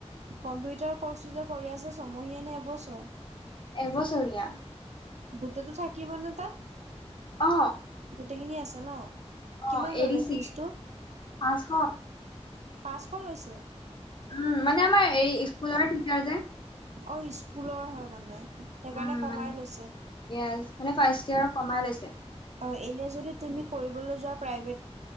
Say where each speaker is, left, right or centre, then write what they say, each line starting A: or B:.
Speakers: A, on the right; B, on the left.
A: কম্পিউটাৰ কৰ্চো যে কৰি আছে চমহিয়ানে নে এবছৰ
B: এবছৰীয়া
A: গোটটো থাকিব নে তাত
B: অ
A: গোটেইখিনি আছে ন কিমান
B: অ
A: ললে
B: এ ডি চি
A: ফিজটো
B: পাঁচশ
A: পাঁচশ লৈছে
B: উম মানে আমাৰ এই স্কুলৰে টিচাৰ যে
A: অ স্কুলৰ হয় মানে সেইকাৰণে
B: উম
A: কমাই
B: মান
A: লৈছে।
B: মানে ফাৰ্ষ্টি য়েৰ আৰু কমাৰ লৈছিলে
A: <unintelligible> পাছ হেজাৰ ছয় হেজাৰমানান